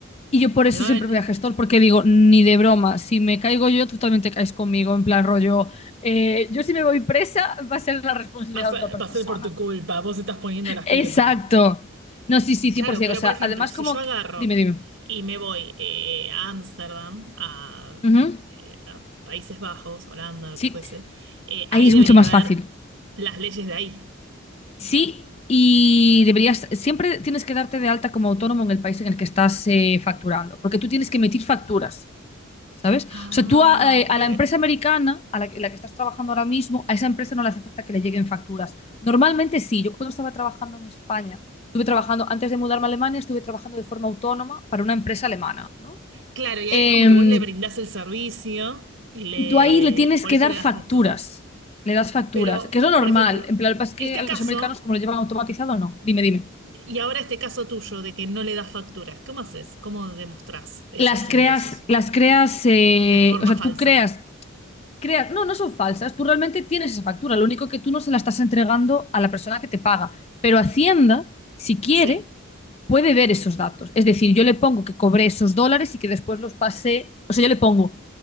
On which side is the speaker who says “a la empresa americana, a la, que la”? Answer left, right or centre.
Left